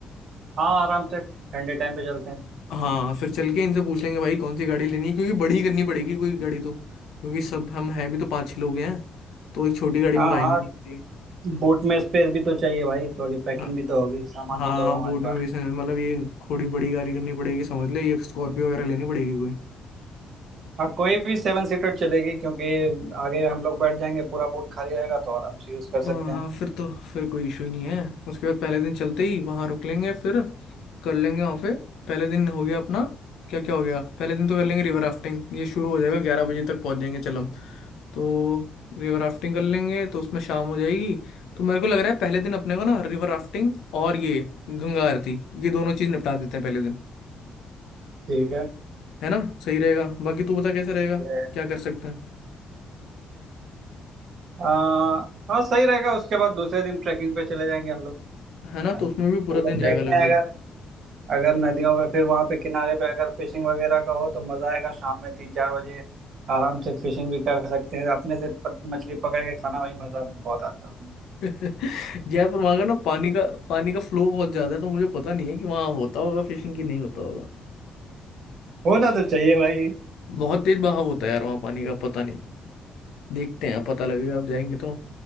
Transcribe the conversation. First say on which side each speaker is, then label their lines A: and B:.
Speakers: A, on the right; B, on the left.
A: हाँ आराम से ठंडे टाइम पे चलते हैं
B: हाँ फिर चल के इनसे पूछ लेंगे भाई कौन सी गाड़ी लेनी है क्योंकि बड़ी करनी पड़ेगी कोई गाड़ी तो क्योंकि सब हम हैं भी तो पाँच छह लोग हैं तो एक छोटी गाड़ी
A: हाँ
B: में तो आएंगे
A: हाँ
B: नहीं किसी
A: बोट में स्पेस भी तो चाहिए भाई थोड़ी पैकिंग
B: हाँ
A: भी तो होगी सामान
B: हाँ
A: भी तो होगा हमारे
B: बोर्ड
A: पास
B: में भी से- मतलब ये थोड़ी बड़ी गाड़ी करनी पड़ेगी समझ ले ये स्कॉर्पियो वगैरह लेनी पड़ेगी कोई
A: हाँ कोई भी सेवन सीटर चलेगी क्योंकि आगे हम लोग बैठ जाएंगे पूरा बोट खाली रहेगा तो आराम से यूज कर सकते
B: हाँ हाँ,
A: हैं
B: फिर तो फिर कोई इशू ही नहीं है उसके बाद पहले दिन चलते ही वहां रुक लेंगे फिर कर लेंगे वहां पे पहले दिन हो गया अपना क्या क्या हो गया पहले दिन तो कर लेंगे रिवर राफ्टिंग ये शुरू हो जाएगा ग्यारह बजे तक पहुंच जाएंगे चल हम तो रिवर राफ्टिंग कर लेंगे तो उसमें शाम हो जाएगी तो मेरे को लग रहा है पहले दिन अपने को ना रिवर राफ्टिंग और ये गंगा आरती ये दोनों चीज निपटा देते हैं पहले दिन
A: ठीक
B: है ना सही रहेगा बाकी तू बता कैसे रहेगा
A: है
B: क्या कर सकते हैं
A: हाँ हाँ सही रहेगा उसके बाद दूसरे दिन ट्रैकिंग पे चले जाएंगे हम लोग
B: है ना
A: है
B: तो
A: ना
B: उसमें भी पूरा
A: तो उधर
B: दिन जाएगा
A: देखते
B: लगभग।
A: हैं अगर अगर नदियों पे फिर वहाँ पे किनारे पे अगर फिशिंग वगैरह का हो तो मजा आएगा शाम में तीन चार बजे आराम से फिशिंग भी कर सकते हैं अपने से प- मछली पकड़ के खाना भाई मजा बहुत आता है उसमें
B: <laughs> जयपुर वहां का ना पानी का पानी का फ्लो बहुत ज्यादा है तो मुझे पता नहीं है कि वहां होता होगा फिशिंग की नहीं होता होगा
A: <laughs> होना तो चाहिए भाई
B: बहुत तेज बहाव होता है यार वहां पानी का पता नहीं देखते हैं पता लगेगा आप जाएंगे तो